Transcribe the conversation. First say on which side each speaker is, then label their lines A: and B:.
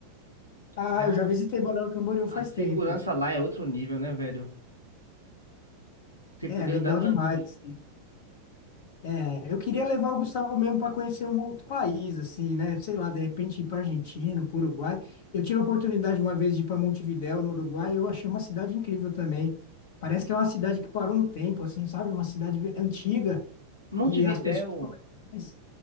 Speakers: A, on the left (about 50°); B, on the left (about 80°).
A: Ah,
B: Cara,
A: eu já visitei Balneário Camboriú faz
B: a segurança
A: tempo.
B: lá é outro nível, né, velho? Você
A: É,
B: poder
A: legal
B: andar tranquilo.
A: demais. assim. É, eu queria levar o Gustavo mesmo para conhecer um outro país, assim, né? Sei lá, de repente ir para Argentina, para Uruguai. Eu tive a oportunidade uma vez de ir para Montevidéu, no Uruguai, e eu achei uma cidade incrível também. Parece que é uma cidade que parou no tempo, assim, sabe? Uma cidade antiga
B: Montevidéu
A: e as pessoas são legais.